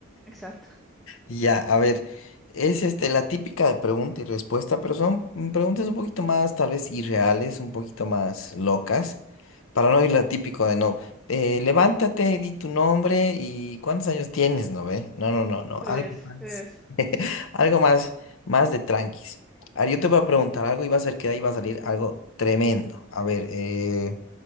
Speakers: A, in the centre; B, on the left.
A: Exacto.
B: Ya, a ver, es este la típica de pregunta y respuesta, pero son mm, preguntas un poquito más tal vez irreales, un poquito más locas, para no ir la típico de no, eh, levántate, di tu nombre y cuántos años tienes, ¿no ve? No, no, no, no,
A: Pero
B: algo
A: es,
B: más,
A: es.
B: algo más, más de tranquis. Ahora yo te voy a preguntar algo y va a ser que de ahí va a salir algo tremendo. A ver, eh,